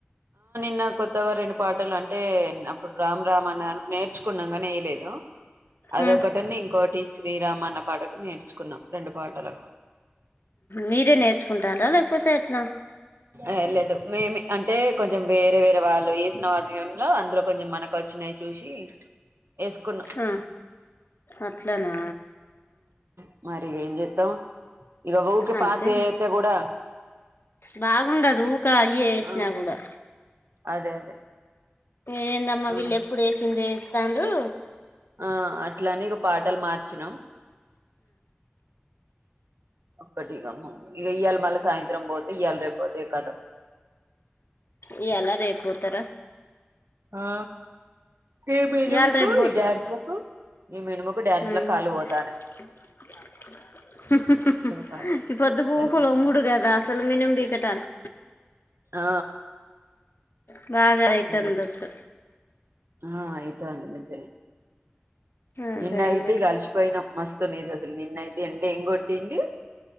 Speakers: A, on the right; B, on the left.
A: న్న కొత్తగా రెండు పాటలు అంటే అప్పుడు రామ్ రామ్ అన్నా నేర్చుకున్నాం కానీ ఏయ లేదు. అదొకటి
B: ఉమ్,
A: ఉంది. ఇంకోటి శ్రీరామ అన్నా పాటకు నేర్చుకున్నాం రెండు పాటలకు.
B: మీరే నేర్చుకుంటార్రా లేకపోతే ఎట్లా.
A: ఏ లేదు మేమే. అంటే కొంచెం వేరే వేరే వాళ్ళు ఎసిన వాటిలో అందులో కొంచెం మనకు వచ్చినయి చూసి ఎసుకున్నాం.
B: ఆ, అట్లానా
A: ఆ మరి ఇగా ఏంచెత్తం. ఇగ ఊకె
B: అంతే
A: పాతయి ఎత్తే కూడా
B: బాగుండదు ఊకా అయే ఎసినా
A: ఆ
B: కూడా
A: అదే అదే
B: ఏందమ్మా
A: ఆ
B: వీళ్ళు ఎప్పుడు ఎసిందె ఎ తాండ్రూ
A: ఆ అట్లాని ఇగా పాటలు మార్చినం. ఒక్కటి ఇగా ము ఇగ ఇయల మల్ల సాయం త్రం పోతే ఇయలరేపు పోతే కతం.
B: ఇయ్యాలా రేపు పోతరా.
A: ఆ ఈ మినుముకు
B: ఇవాళ రేపు పోతారు
A: ఈ డ్యాన్సులకు ఈ మినుముకు డ్యాన్సులకు
B: ఉమ్.
A: కాల్లు పోతన్నయి.
B: <inaudible>
A: కాలు
B: ఈ పొద్దుగూకులొమ్ముుడు
A: సరిపోతాంది
B: కదా అసలు మినుం పీకటానికి
A: ఆ
B: అ బాగా అయితుందొచ్చు.
A: అందుకు ఆ అయితాంది మంచిగనే
B: అదే
A: నిన్నయితే
B: ఇంకా
A: ఇగా అలిసిపోయినం. మస్తున్నయి ఇగా అసలు నిన్న ఐతే ఎండ ఎంగొట్టింది.